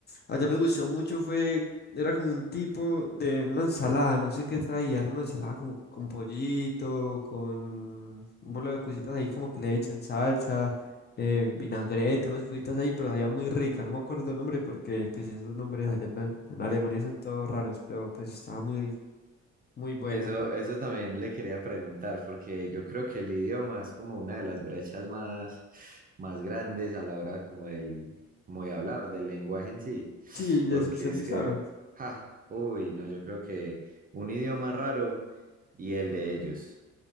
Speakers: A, on the left; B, on the right.
A: Allá me gustó mucho, fue, era como un tipo de una ensalada, no sé qué traía, era una ensalada como con pollito, con un bolo de cositas ahí como que le echan salsa, eh, vinagreta, unas cositas ahí, pero sabía muy rica, no me acuerdo el nombre porque pues esos nombres allá en, en Alemania son todos raros, pero pues estaba muy, muy bueno.
B: Eso, eso también le quería preguntar, porque yo creo que el idioma es como una de las brechas más, más grandes a la hora como del, como de hablar, del lenguaje en sí,
A: Sí, de
B: porque
A: socializar.
B: es que, ja, uy, no, yo creo que un idioma raro y el de ellos.